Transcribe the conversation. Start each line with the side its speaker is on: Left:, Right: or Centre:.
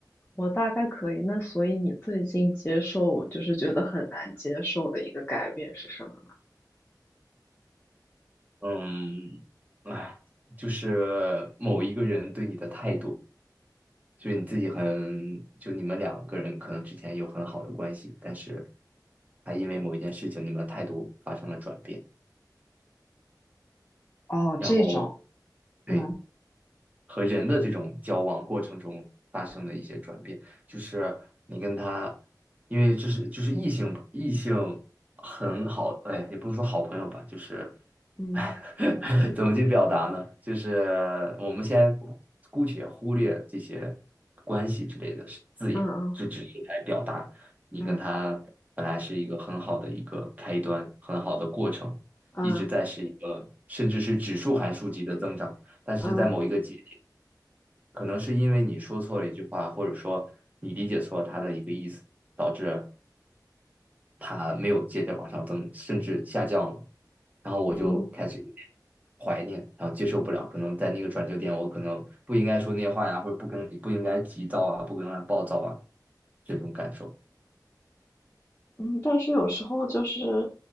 Left: 我大概可以。那所以你最近接受，就是觉得很难接受的一个改变是什么呢？
Right: 嗯，哎，就是某一个人对你的态度，就是你自己很，就你们两个人可能之前有很好的关系，但是他因为某一件事情，你们的态度发生了转变，
Left: 哦，
Right: 然后
Left: 这种，
Right: 对，
Left: 嗯
Right: 和人的这种交往过程中发生的一些转变，就是你跟他，因为就是就是异性吧，异性很好，哎，也不能说好朋友吧，就是，
Left: 嗯
Right: 哎，<laughs> 怎么去表达呢？就是我们先姑且忽略这些关系之类的是字眼，
Left: 嗯
Right: 这只是来表达你跟他本来是一个很好的一个开端，
Left: 嗯
Right: 很好的过程，
Left: 嗯
Right: 一直在是一个甚至是指数函数级的增长。但是在某一个节点，
Left: 嗯
Right: 可能是因为你说错了一句话，或者说你理解错了它的一个意思，导致它没有接着往上增，甚至下降了。然后我就开始有点
Left: 嗯
Right: 怀念，然后接受不了。可能在那个转折点，我可能不应该说那些话呀，或者不跟不应该急躁啊，不应该暴躁啊，这种感受。
Left: 嗯，但是有时候就是